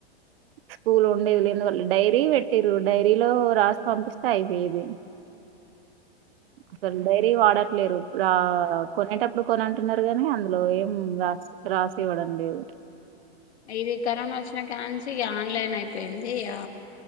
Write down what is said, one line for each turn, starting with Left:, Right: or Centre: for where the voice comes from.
Right: స్కూల్ ఉండేది లేందువల్ల డైరీ పెట్టిర్రు డైరీలో రాసి పంపిస్తే అయిపోయేది అసలు డైరీ వాడట్లేరు రా కొనేటప్పుడు కొని అంటున్నారు కానీ అందులో ఏం రాసి రాసి ఇవ్వడం లేదు
Left: ఇది కరోనా వచ్చిన కాంచి ఇగ ఆన్లైన్ అయిపోయింది ఇగా